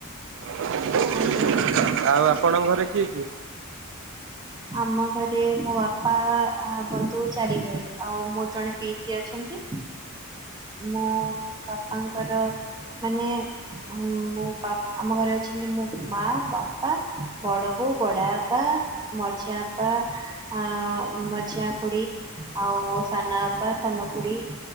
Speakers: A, on the right; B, on the right.
A: ଆଉ
B: ଆଜ୍ଞା ବନ୍ଧୁ।
A: ଆପଣଙ୍କ ଘରେ କିଏ କିଏ?
B: ଆମ ଘରେ ମୋ ବାପା, ବନ୍ଧୁ ଚାରି ଭାଇ, ଆଉ ମୋର ଜଣେ ପିଇସିି ଅଛନ୍ତି, ମୋ ବାପାଙ୍କର ମାନେ ମୁଁ ବା, ଆମ ଘରେ ଅଛନ୍ତି ମୋ ମା, ବାପା, ବଡ ବୋଉ, ବଡ ବାପା ମଝିାଆପା ଆ, ମଝିଆଁ ଖୁଡି ଆଉ ସାନଆପା, ସାନଖୁଡି